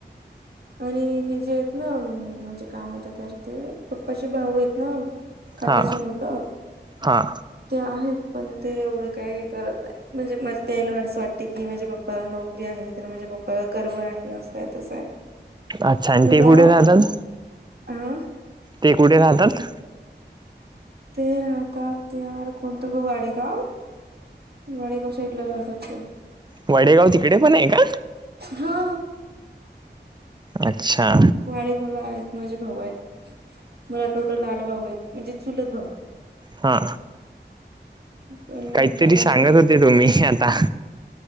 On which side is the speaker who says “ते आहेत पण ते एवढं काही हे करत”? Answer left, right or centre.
Right